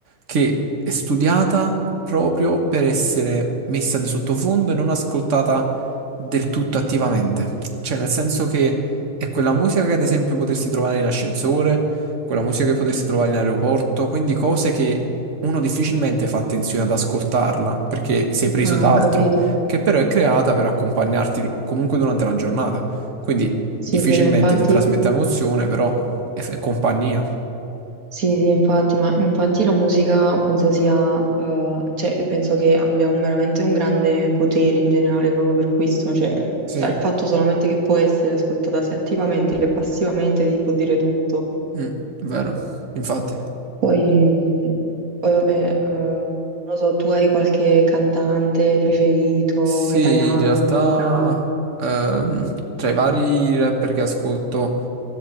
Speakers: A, on the right; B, on the right.
A: che è studiata proprio per essere messa di sottofondo e non ascoltata del tutto attivamente. Cioè, nel senso che è quella musica che ad esempio potresti trovare in ascensore, quella musica che potresti trovare in aeroporto, quindi cose che uno difficilmente fa attenzione ad ascoltarla perché sei preso
B: Ah,
A: da
B: ho capito.
A: altro che però è creata per accompagnarti comunque durante la giornata. Quindi
B: Sì,
A: difficilmente
B: sì, ma infatti
A: ti trasmette emozione, però è, è compagnia.
B: Sì, sì, infatti, ma infatti la musica penso sia, eh, cioè, penso che abbia un- veramente un grande potere in generale proprio per questo, cioè,
A: Sì,
B: già il fatto solamente che può essere ascoltata sia attivamente che passivamente ti può dire tutto.
A: Mm, vero, infatti.
B: Poi, poi vabbè, eh, non lo so, tu hai qualche cantante preferito,
A: Sì,
B: italiano,
A: in realtà
B: americano?
A: ehm, tra i vari rapper che ascolto